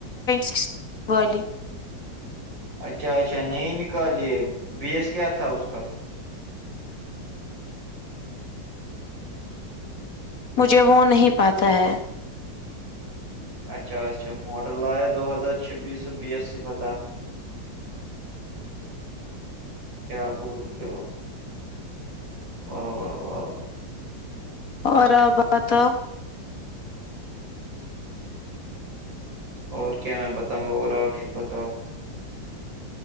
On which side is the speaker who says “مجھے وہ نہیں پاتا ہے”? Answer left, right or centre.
Left